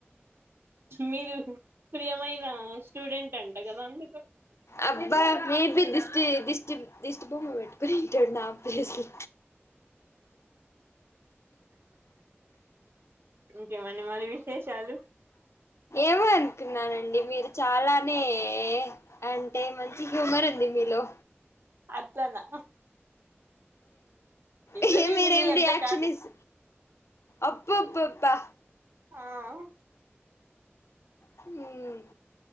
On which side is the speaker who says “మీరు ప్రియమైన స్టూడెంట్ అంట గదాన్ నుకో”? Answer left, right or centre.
Right